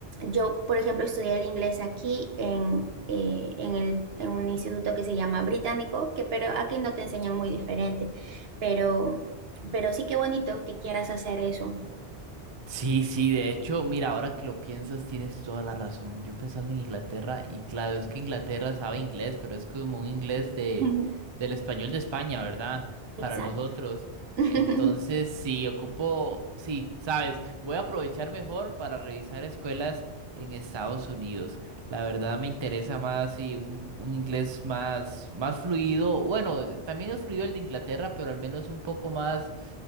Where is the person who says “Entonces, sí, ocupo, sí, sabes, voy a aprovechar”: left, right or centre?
Right